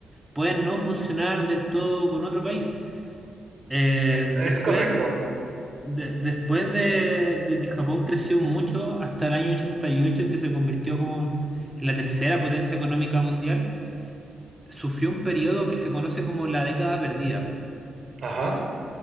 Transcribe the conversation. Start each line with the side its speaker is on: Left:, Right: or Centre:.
Centre: pueden no funcionar del todo con otro país. Eh,
Right: e-
Centre: después,
Right: Es correcto.
Centre: de- después de, de que Japón creció mucho hasta el año 88 en que se convirtió como en la tercera potencia económica mundial, sufrió un periodo que se conoce como la década perdida.
Right: Ajá.